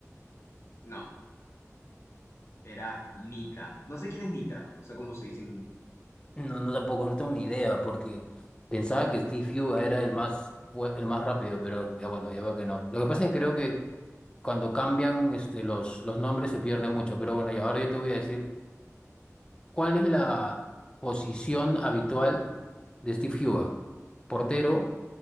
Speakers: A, on the left (about 55°); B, on the left (about 15°).
A: No, era Nita. No sé quién es Nita, o sea, cómo se dicen.
B: No, no tampoco, no tengo ni idea, porque pensaba que Steve Yu era el más, fue el más rápido, pero ya bueno, ya veo que no. Lo que pasa es que creo que cuando cambian este, los, los nombres se pierde mucho, pero bueno, y ahora yo te voy a decir, ¿cuál es la posición habitual de Steve Yu? Portero,